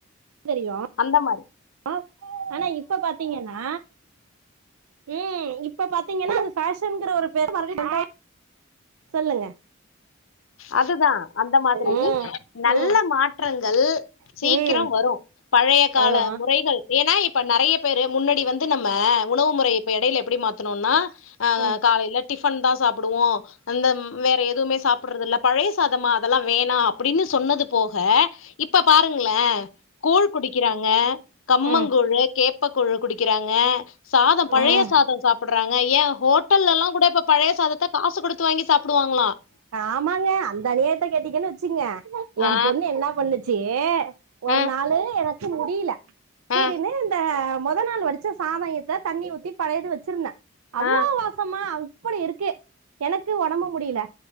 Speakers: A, on the right; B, on the left.
A: தெரியு
B: அந்த மாரி
A: அ ஆனா இப்ப பாத்தீங்கன்னா ம் இப்ப பாத்தீங்கன்னா அது பேஷன்ங்குற ஒரு பேரு <unintelligible> சொல்லுங்க
B: அதுதா அந்த மாதுரி
A: ம்
B: நல்ல
A: ம்
B: மாட்றங்கள்
A: ம்
B: சீக்கிரோம் வரும் பழைய கால
A: வரு
B: முறைகள் ஏன்னா இப்ப நெறைய பேரு முன்னாடி வந் நம்ம உணவு முறை எடையில எப்டி மாத்தணும்னா
A: ம்
B: காலையில டிஃபன் தான் சாப்டுவோம் அந்த வேற எதுவுமே சாப்றது இல்ல பழைய சாதமா அதெல்லாம் வேணா அப்டின்னு சொன்னது போக இப்ப பாருங்களேன் கூழ் குடிக்கிறாங்க கம்மங்கூழு
A: ம்
B: கேப்ப கூழ் குடிக்கிறாங்க சாதம் பழைய
A: ம்
B: சாதம் சாப்றாங்க ஏன் ஹோட்டல்ல எல்லாம் கூட இப்ப பழைய சாதத்தை காசு குடுத்து வாங்கி சாப்டுவாங்களாம்
A: ஆமாங்க அந்த அநியாயத்த கேட்டிங்கன்னு வச்சுங்க என்
B: ஆ
A: பொண்ணு என்ன பண்ணுச்சு ஒரு
B: ஆ
A: நாள் எனக்கு முடியல சேரியினு
B: ஆ
A: இந்த மொத நாள் வடிச்ச சாதத்த தண்ணி ஊத்தி பழையது வச்சுருந்தேன் அவ்ளோ
B: ஆ
A: வாசமா அப்டி இருக்கு எனக்கு உடம்பு முடியல